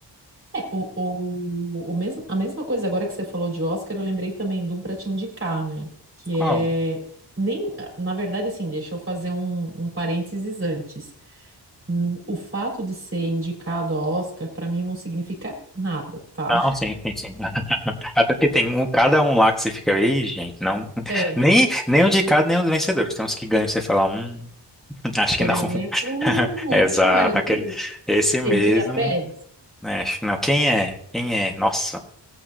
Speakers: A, on the right; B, in the centre.
A: É, o, o, o mesmo, a mesma coisa agora que você falou de Oscar, eu lembrei também de um para te indicar, né? Que
B: Qual?
A: é. Nem, na verdade, assim, deixa eu fazer um, um parênteses antes. Hum, O fato de ser indicado a Oscar, para mim, não significa nada, tá?
B: Não, sim, sim, sim. <laughs> Até porque tem um, cada um lá que você fica, ei, gente, não, <laughs>
A: É,
B: nem, nem o de cada, nem o do vencedor. Tem uns que ganham, você fala, hum, <laughs> acho
A: por
B: que não.
A: exemplo,
B: <laughs>
A: no
B: Exato,
A: último ali,
B: aquele, esse mesmo,
A: Emília Pérez.
B: né? Não, quem é? Quem é? Nossa.